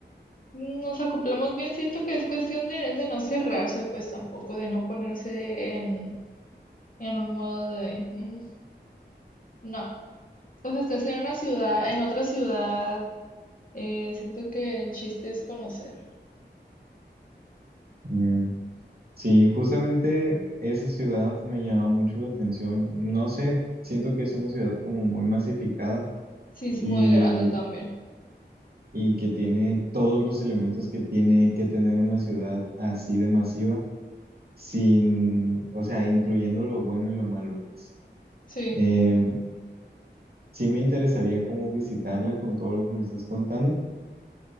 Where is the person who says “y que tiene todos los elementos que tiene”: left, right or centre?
Right